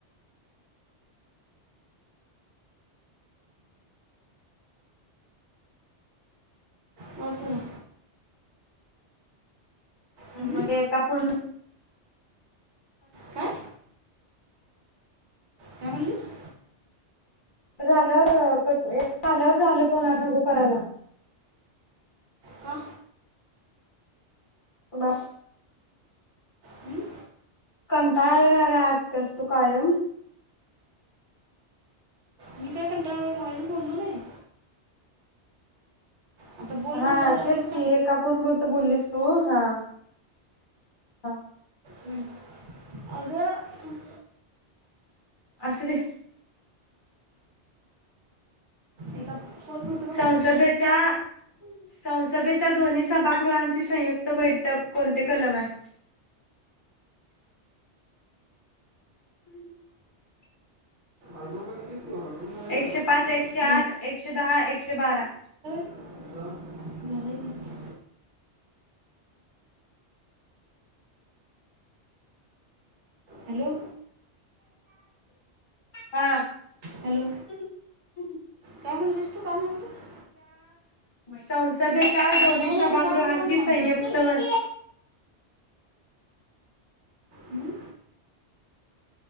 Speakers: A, on the right (about 80°); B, on the left (about 50°).
A: वजल. हं?
B: बर एका फोन
A: काय काय म्हणलीस?
B: झाल्यावर क एक झाल्यावर, झालं फोन आज नको करायला.
A: का
B: बस.
A: हम्म.
B: कंटाळलेली असतेस तू कायम.
A: मी काय कंटाळोय मगाशी बोललो नाही. आता बोल
B: हा
A: म्हणल्यावर लगेच
B: तेच की एका फोन पुरत बोललीस तू. हा. हा
A: हम्. अगं तु-
B: असू दे.
A: एका फळ पुरतं म्हणजे
B: संसदेच्या संसदेच्या दोन्ही सभागृहांची संयुक्त बैठक, कोणते कलम आहे? <inaudible>
A: आलबम बगितलीस भावा तू. बघायला गेला
B: एकशे पाच एकशे आठ, एकशे दहा एकशे बारा.
A: झालंय काय? हॅलो.
B: हा.
A: हॅलो.
B: हम‌् हम‌्.
A: काय म्हनलीस तू काय म्हणालतीस.
B: संसदेच्या दोन्ही
A: नाही
B: सभागृहांची
A: नाही त्याच्या अगोदर काय म्हणालतीस
B: संयुक्त ब‌्
A: हुं.